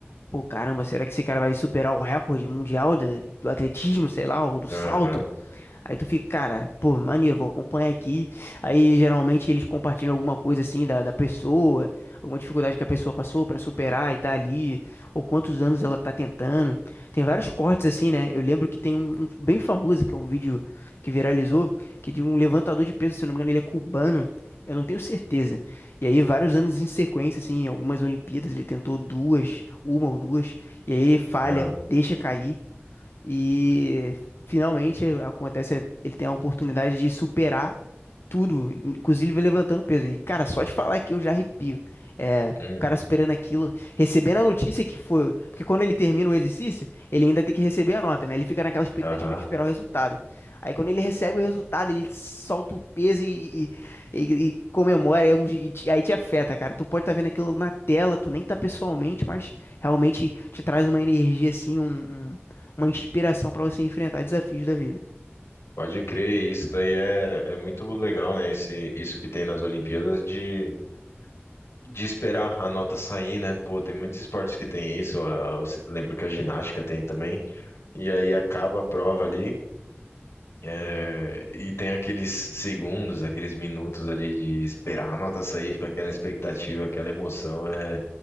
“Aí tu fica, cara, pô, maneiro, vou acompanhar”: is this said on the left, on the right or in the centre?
Left